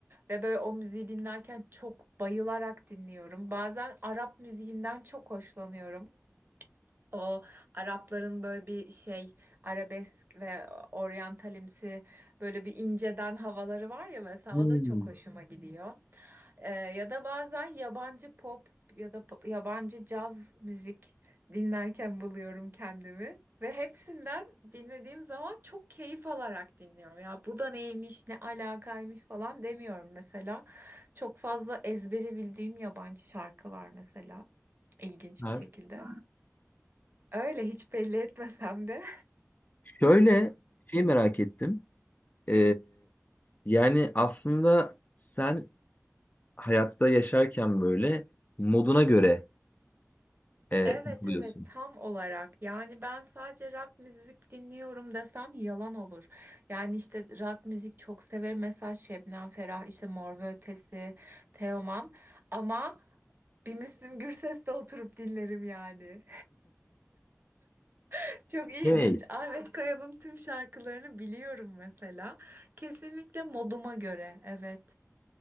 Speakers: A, on the right; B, on the left.
A: ve böyle o müziği dinlerken çok bayılarak dinliyorum. Bazen Arap müziğinden çok hoşlanıyorum. O Arapların böyle bir şey arabesk ve oryantalimsi böyle bir inceden havaları var ya mesela
B: Hmm.
A: o da çok hoşuma gidiyor. Ee, ya da bazen yabancı pop ya da pop- yabancı caz müzik dinlerken buluyorum kendimi. Ve hepsinden dinlediğim zaman çok keyif alarak dinliyorum. Ya bu da neymiş, ne alakaymış falan demiyorum mesela. Çok fazla ezbere bildiğim yabancı şarkı var mesela. İlginç
B: Var.
A: bir şekilde. Öyle hiç belli etmesem de.
B: Şöyle şey merak ettim. Ee, yani aslında sen hayatta yaşarken böyle moduna göre e,
A: Evet
B: takılıyorsun.
A: evet tam olarak yani ben sadece rock müzik dinliyorum desem yalan olur. Yani işte rock müzik çok severim mesela Şebnem Ferah işte Mor ve Ötesi, Teoman ama bir Müslüm Gürses'te oturup dinlerim yani. <laughs> Çok ilginç.
B: Evet.
A: Ahmet Kaya'nın tüm şarkılarını biliyorum mesela. Kesinlikle moduma göre evet